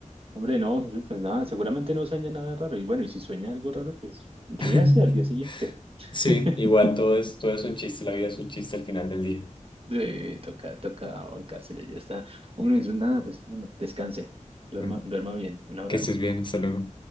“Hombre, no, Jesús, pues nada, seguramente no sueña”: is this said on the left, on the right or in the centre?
Right